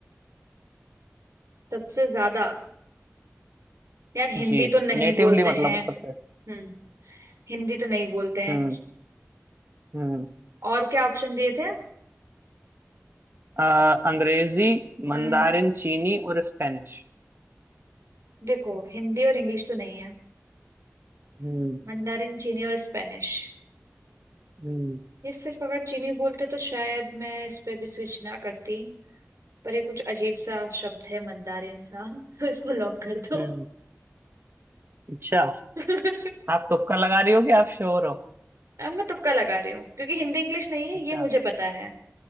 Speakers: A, on the right; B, on the right.
A: सबसे ज्यादा यार हिंदी
B: जी
A: तो नहीं
B: नेटिवली
A: बोलते
B: मतलब
A: हैं
B: सबसे
A: हम्म हिंदी तो नहीं बोलते हैं
B: हम्म हम्म
A: और क्या ऑप्शन दिए थे
B: अ, अंग्रेजी
A: हम्म
B: मंदारिन चीनी और स्पेनिश
A: देखो हिंदी और इंग्लिश तो नहीं है
B: हम्म
A: मंdarin चीनी और स्पेनिश
B: हम्म
A: ये सिर्फ अगर चीनी बोलते तो शायद मैं इस पे भी स्विच ना करती पर ये कुछ अजीब सा शब्द है मंदारिन सा <laughs> तो इसको लॉक कर दो
B: हम्म अच्छा
A: <laughs>
B: आप तुक्का लगा रही हो कि आप श्योर हो
A: अब मैं तुक्का लगा रही हूँ क्योंकि हिंदी इंग्लिश नहीं है
B: अच्छा
A: ये मुझे पता है